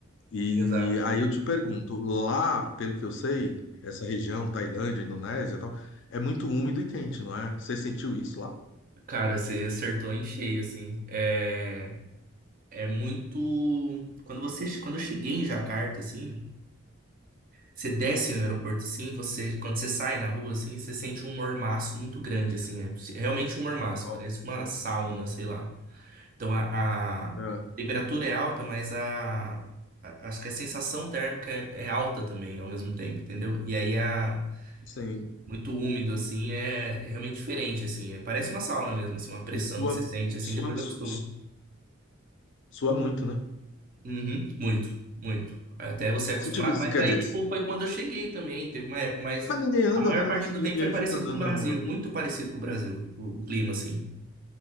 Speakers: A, on the left; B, on the right.
A: E
B: Exato.
A: aí eu te pergunto, lá, pelo que eu sei, essa região, Tailândia, Indonésia e tal, é muito úmido e quente, não é? Você sentiu isso lá?
B: Cara, você acertou em cheio, assim. É, é muito. Quando você, quando eu cheguei em Jacarta, assim. Você desce no aeroporto assim, você, quando você sai na rua assim, você sente um mormaço muito grande assim, é realmente um mormaço,
A: Nossa.
B: parece uma sauna, sei lá. Então a, a
A: É,
B: temperatura é alta, mas a, a- acho que a sensação térmica é, é alta também ao mesmo tempo, entendeu? E aí a
A: sim.
B: muito úmido assim é, é realmente diferente assim, é- parece uma sauna mesmo, assim, uma pressão
A: E tua,
B: que você sente assim,
A: sua,
B: depois
A: su-
B: acostuma.
A: Sua muito, né?
B: Uhum, muito, muito. Até você acostumar.
A: Se tiver,
B: Mas
A: quer
B: aí,
A: dizer,
B: tipo, foi quando eu cheguei também. Teve uma época, mas
A: mas ninguém anda,
B: a maior
A: né?
B: parte
A: Nin-
B: do
A: Ninguém
B: tempo foi parecido
A: fica andando
B: com o Brasil.
A: na rua.
B: Muito parecido com o Brasil, o, o clima, assim.